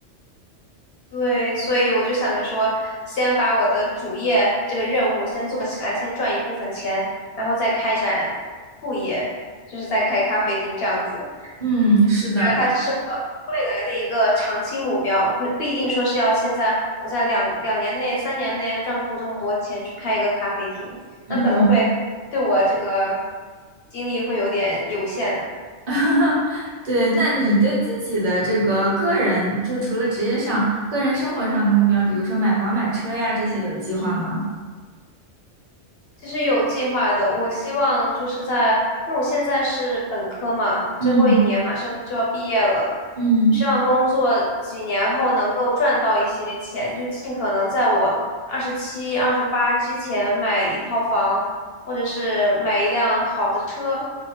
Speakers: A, on the left; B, on the right.
A: 对，所以我就想着说，先把我的主业这个任务先做起来，先赚一部分钱，然后再开展副业，就是再开咖啡厅这样子。
B: 嗯，是的，
A: 那它只是我未来的一个长期目标，不不一定说是要现在我在两两年内、三年内啊赚够这么多钱去开一个咖啡厅，
B: 嗯，
A: 那可能会对我这个精力会有点有限。
B: <laughs> 对，那你对自己的这个个人，就除了职业上，个人生活上的目标，比如说买房、买车呀，这些有计划吗？
A: 其实有计划的，我希望就是在，因为我现在是本科嘛，
B: 嗯
A: 最后一年马上就要毕业了，
B: 嗯
A: 我希望工作几年后能够赚到一些钱，就尽可能在我二十七、二十八之前买一套房，或者是买一辆好的车，